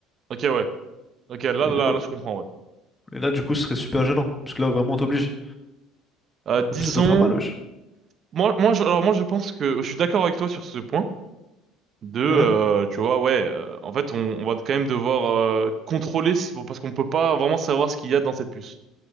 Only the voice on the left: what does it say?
Et moi-
Et là, du coup, ce serait super gênant. Parce que là, vraiment, on t'oblige.
En plus, ça doit faire mal, wesh.
Ouais,